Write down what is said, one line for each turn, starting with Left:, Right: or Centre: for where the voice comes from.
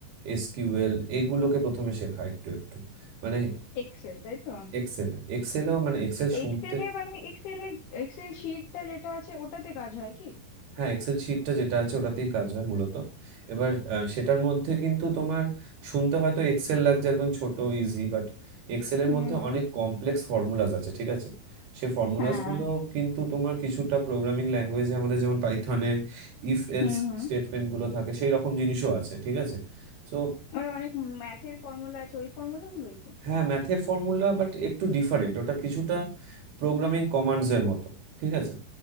Right: এসকিউএল এগুলোকে প্রথমে শেখা একটু একটু মানে
Left: এক্সেল তাই তো
Right: এক্সেল এক্সেলও মানে এক্সেল শুনতে
Left: এক্সেলে মানে এক্সেলে এক্সেল শিটটা যেটা আছে ওটাতে কাজ হয় কি
Right: হ্যাঁ এক্সেল শিটটা যেটা আছে ওটাতেই কাজ হয় মূলত এবার আহ, সেটার মধ্যে কিন্তু তোমার শুনতে হয়তো এক্সেল লাগছে একদম ছোট ইজি বাট এক্সেলের
Left: হুম
Right: মধ্যে
Left: হুম
Right: অনেক কমপ্লেক্স ফর্মুলাজ আছে ঠিক আছে সে ফর্মুলাজ
Left: হ্যাঁ
Right: গুলো কিন্তু তোমার কিছুটা প্রোগ্রামিং ল্যাঙ্গুয়েজে আমাদের যেমন পাইথনে ইফ এলস
Left: হুম হুম
Right: স্টেটমেন্ট গুলো থাকে সেই রকম জিনিসও আছে ঠিক আছে তো
Left: ওর অনেক ম্যাথের ফর্মুলা আছে ওই ফর্মুলা গুলোই কি
Right: হ্যাঁ ম্যাথের ফর্মুলা বাট একটু ডিফারেন্ট ওটা কিছুটা প্রোগ্রামিং কমান্ডস এর মতো ঠিক আছে